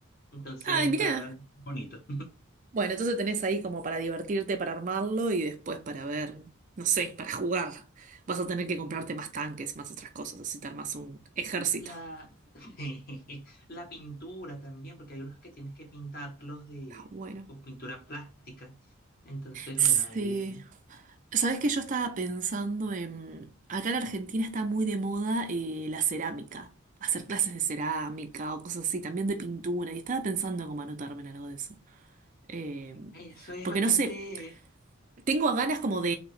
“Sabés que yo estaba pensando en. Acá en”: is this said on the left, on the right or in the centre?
Right